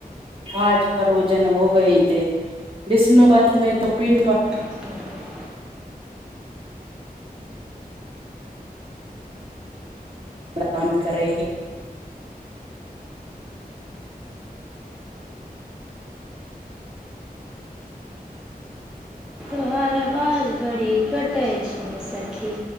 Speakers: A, on the right; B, in the centre.
A: काज प्रोजन होबे हे विष्णु पथ में तो पिं
B: के
A: काम करै
B: ओहर आवाज बड़ी कटै छै सखी